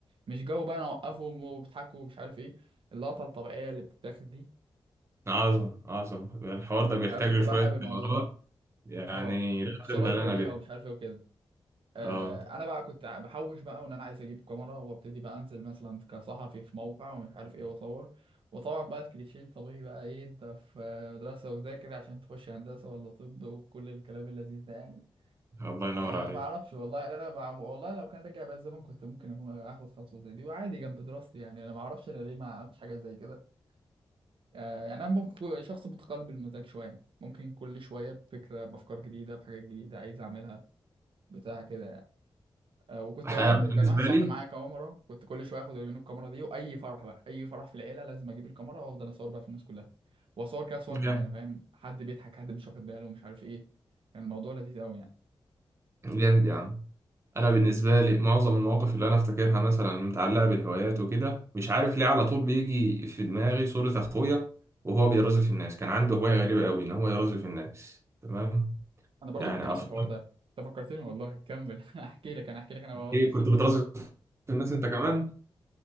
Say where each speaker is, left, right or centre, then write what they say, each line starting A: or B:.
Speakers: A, on the right; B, on the right.
A: مش جو بقى أنا أوقفهم وبيضحكوا ومش عارف إيه اللقطة الطبيعية اللي بتتاخد دي
B: عظم عظم الحوار ده بيحتاج
A: انا كنت
B: له شوية
A: بقى حابب الموضوع
B: مهارات
A: ده
B: يعني
A: اه
B: لا
A: صورات
B: قبل اللي
A: بديهة
B: أنا بيها
A: ومش عارف ايه وكده آه
B: آه
A: انا بقى كنت بحوش بقى وان انا عايز اجيب كاميرا وابتدي بقى انزل مثلا كصحفي في موقع ومش عارف ايه واصور وطبعا بقى الكليشيه الطبيعي بقى ايه انت في مدرسة وذاكر عشان تخش هندسة ولا طب وكل الكلام اللذيذ ده يعني
B: الله ينور
A: أه
B: عليك
A: ما اعرفش والله يعني انا بع- والله لو كان رجع بقى الزمن كنت ممكن اكون اخد خطوة زي دي وعادي جنب دراستي يعني انا ما اعرفش انا ليه ما عملتش حاجة زي كده آه، يعني انا ممكن شخص متقلب المزاج شويه ممكن كل شويه بفكره بافكار جديده بحاجات جديده عايز اعملها بتاع كده يعني. أه وكنت
B: أنا
A: والله كنت
B: بالنسبة
A: كان واحد صاحبي
B: لي
A: معايا كاميرا كنت كل شويه اخد منه الكاميرا دي واي فرح بقى اي فرح في العيله لازم اجيب الكاميرا وافضل اصور بقى في الناس كلها واصور كده صور معينه
B: جامد
A: فاهم حد بيضحك حد مش واخد باله مش عارف ايه كان الموضوع لذيذ قوي يعني
B: جامد يا عم أنا بالنسبة لي معظم المواقف اللي أنا أفتكرها مثلا متعلقة بالهوايات وكده مش عارف ليه على طول بيجي في دماغي صورة أخويا وهو بيرازف الناس كان عنده هواية غريبة أوي إن هو يرازف الناس تمام
A: انا برضو
B: يعني
A: كنت نفس
B: أفكار
A: الحوار ده انت فكرتني والله كمل <laughs> احكي لك انا احكي لك انا مواقف
B: إيه كنت
A: في الحوار
B: بترازف
A: ده
B: الناس أنت كمان